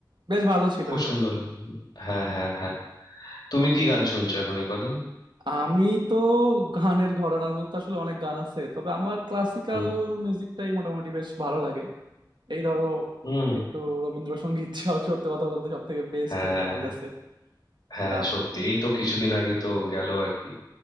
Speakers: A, on the right (about 75°); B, on the left (about 65°).
A: বেশ ভালো ছিল
B: খুব
A: ওটা
B: সুন্দর লাগ- হ্যাঁ হ্যাঁ হ্যাঁ তুমি কি গান শুনছো এখন এ কদিন
A: আমি তো গানের ঘরানার মধ্যে তো আসলে অনেক গান আছে তবে আমার ক্লাসিক্যাল
B: হুম
A: মিউজিকটাই মোটামুটি বেশ ভালো লাগে এই ধরো
B: হুম
A: একটু রবীন্দ্রসঙ্গীত <laughs> সহ- সত্যি কথা বলতে সব থেকে বেস্ট
B: হ্যাঁ
A: লাগে আমার কাছে
B: হ্যাঁ
A: আহ
B: সত্যি এই তো কিছুদিন আগে তো গেল আর কি